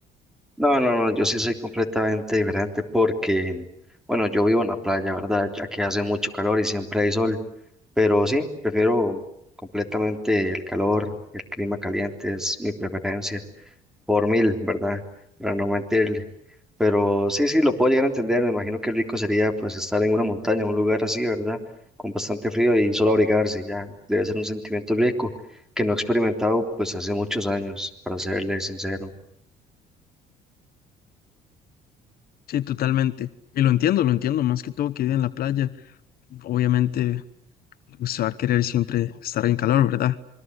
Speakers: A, in the centre; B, on the left.
A: No, no, no, yo sí soy completamente diferente porque, bueno, yo vivo en la playa, ¿verdad? Aquí hace mucho calor y siempre hay sol, pero sí, prefiero completamente el calor, el clima caliente es mi preferencia. por mil, ¿verdad? Para no mentirle. Pero sí, sí, lo puedo llegar a entender. Me imagino que rico sería pues estar en una montaña, en un lugar así, ¿verdad? Con bastante frío y solo abrigarse, ya. Debe ser un sentimiento rico que no he experimentado pues hace muchos años, para serle sincero.
B: Sí, totalmente. Y lo entiendo, lo entiendo. Más que todo que vive en la playa, obviamente usted va a querer siempre estar en calor, ¿verdad?